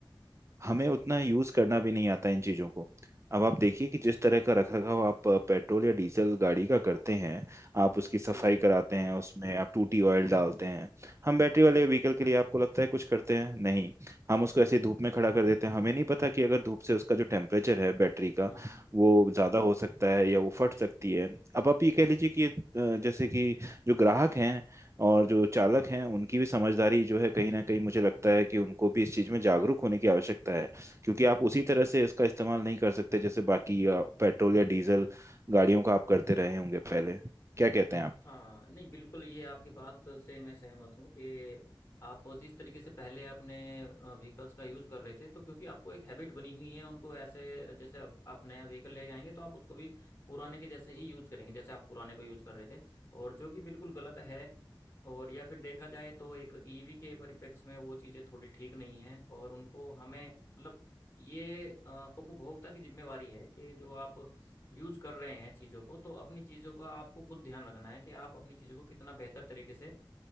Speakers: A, on the right (about 30°); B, on the left (about 25°).
A: हमें उतना यूज करना भी नहीं आता इन चीजों को अब आप देखिए कि जिस तरह का रखरखाव आप अ, पेट्रोल या डीजल गाड़ी का करते हैं आप उसकी सफाई
B: जी
A: कराते हैं उसमें आप टूटी ऑयल डालते हैं हम बैटरी वाले व्हीकल के लिए आपको लगता है कुछ करते हैं नहीं हम उसको ऐसे ही धूप में खड़ा कर देते हैं हमें नहीं पता कि अगर धूप से उसका जो टेम्परेचर है बैटरी का
B: हम्म
A: वो ज्यादा हो सकता है या वो फट सकती है अब आप ये कह लीजिए कि ये, अ, जैसे कि जो ग्राहक हैं और जो चालक हैं उनकी भी समझदारी जो है कहीं ना कहीं मुझे लगता है कि उनको भी इस चीज़ में जागरूक होने की आवश्यकता है क्योंकि आप उसी तरह से इसका इस्तेमाल नहीं कर सकते जैसे बाकी अ, पेट्रोल या डीजल गाड़ियों का आप करते रहे होंगे पहले क्या कहते हैं आप
B: हाँ नहीं बिल्कुल ये आपकी बात से मैं सहमत हूँ कि आप जिस तरीके से पहले अपने व्हीकल्स का यूज़ कर रहे थे तो क्योंकि आपको एक हैबिट बनी हुई है उनको ऐसे जैसे आप आप नया व्हीकल लेके आएंगे तो आप उसको भी पुराने के जैसे ही यूज़ करेंगे जैसे आप पुराने को यूज़ कर रहे थे और जो कि बिल्कुल गलत है और या फिर देखा जाए तो एक ईवी के परिप्रेक्ष्य में वो चीज़ें थोड़ी ठीक नहीं हैं और उनको हमें मतलब ये अ, उपभोक्ता की जिम्मेवारी है कि जो आप यूज कर रहे हैं चीज़ों को तो अपनी चीज़ों का आपको खुद ध्यान रखना है कि आप अपनी चीज़ों को कितना बेहतर तरीके से